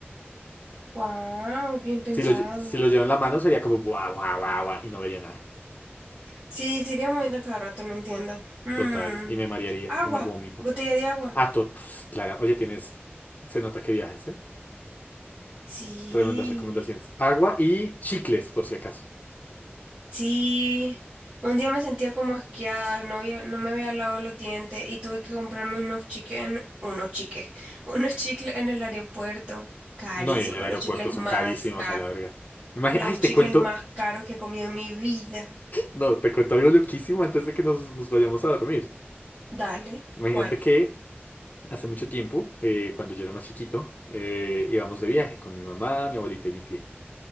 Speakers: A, on the right; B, on the left.
A: Wow, bien pensado.
B: Si lo, lle- si lo llevo en la mano sería como guau, guau, guau, guau, y no vería nada.
A: Sí, se iría moviendo cada rato, no entiendo. Mm,
B: Total. Y me marearía
A: Agua,
B: y me vomito.
A: botella de agua.
B: Ah, to- pf, Clara, oye, tienes... Se nota que viajas, ¿eh?
A: Sí,
B: Tremendas recomendaciones. Agua y chicles, por si acaso.
A: sí. Un día me sentía como asqueada, no había, no me había lavado los dientes y tuve que comprarme unos chiques, en- unos chiques, <laughs> unos chicles en el aeropuerto. Carísimo,
B: No, y en el aeropuerto
A: los chicles
B: son
A: más
B: carísimos
A: caros,
B: a la verga. Imagínate,
A: los
B: ay, te
A: chicles
B: cuento...
A: más caros que he comido en mi vida.
B: No, te cuento algo loquísimo antes de que nos, nos vayamos a dormir.
A: Dale,
B: Imagínate
A: ¿cuál?
B: que Hace mucho tiempo, eh, cuando yo era más chiquito, eh, íbamos de viaje con mi mamá, mi abuelita y mi tía.